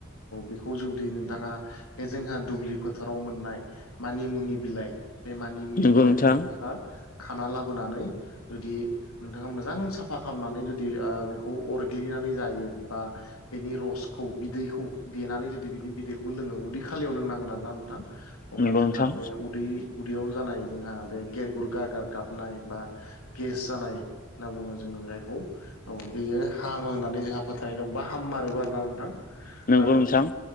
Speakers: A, on the left; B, on the left.
A: बेखौ जुदि नोंथाङा बे जोंहा दुब्लि फोथाराव मोननाय मानिमुनि बिलाइ बे मानिमुनि
B: नंगौ
A: बिलाइखौ
B: नोंथां
A: नोंथाङा खाना लाबोनानै जुदि नोंथाङा मोजां साफा खालामनानै जुदि बेखौ अरग्लिनानै जायो बा बेनि रसखौ बिदैखौ देनानै जुदि बिनि बिदैखौ लोङो उदै खालियाव लोंनांगोन आरोना नोंथां अब्ला
B: नंगौ
A: जोंहा
B: नोंथां
A: बे उदै उदैयाव जानाय जोंहा बे गेरगुर गारगार गाबनाय बा गेस जानाय होनना बुङो जोङो जायखौ औ बेयो हामो होननानै जोंहा फोथायनाय दं आरो हामारोबो आरोना नोंथां
B: नंगौ
A: आरो
B: नोंथां